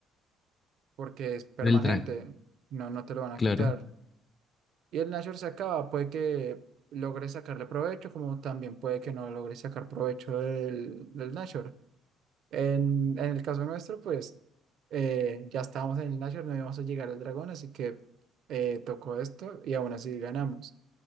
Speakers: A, on the right; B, on the left.
A: porque es permanente,
B: Del drag,
A: no, no te lo van a
B: claro.
A: quitar. Y el Nashor se acaba, puede que logres sacarle provecho, como también puede que no logres sacar provecho del, del Nashor. En, en el caso nuestro, pues eh, ya estábamos en el Nashor, no íbamos a llegar al dragón, así que eh, tocó esto y aún así ganamos.